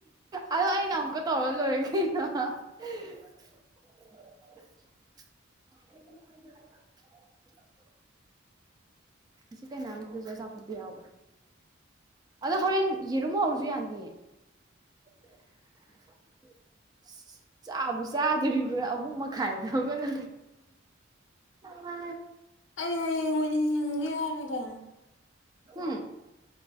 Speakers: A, on the right; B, on the left.
A: ꯑꯗꯣ ꯑꯩꯅ ꯑꯃꯨꯛꯀ ꯇꯧꯔ ꯂꯣꯏꯔꯦ ꯑ <unintelligible> <inaudible> <inaudible> ꯁꯤ ꯀꯩꯅꯝꯗꯨꯁꯨ ꯑꯆꯥꯄꯣꯠꯇꯣ ꯌꯥꯎꯕ ꯑꯗꯣ ꯍꯣꯔꯦꯟ ꯌꯦꯔꯨꯝ ꯍꯧꯔꯁꯨ ꯌꯥꯅꯤꯌꯦ <inaudible> ꯆꯥꯕꯨ ꯆꯥꯗ꯭ꯔꯤꯕ꯭ꯔꯥ ꯑꯍꯨꯝ ꯃꯈꯥꯏꯗꯒꯂꯛꯄꯣꯅꯤ ꯅ
B: ꯑꯩ ꯍꯌꯦꯡ ꯑꯣꯏꯅ ꯌꯦꯡꯉꯒꯦ <unintelligible>
A: ꯎ